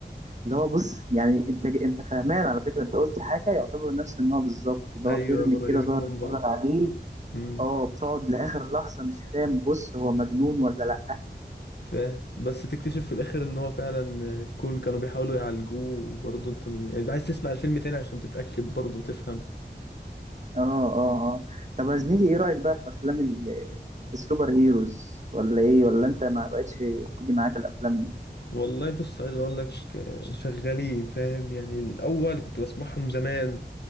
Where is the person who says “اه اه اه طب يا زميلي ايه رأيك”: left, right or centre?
Right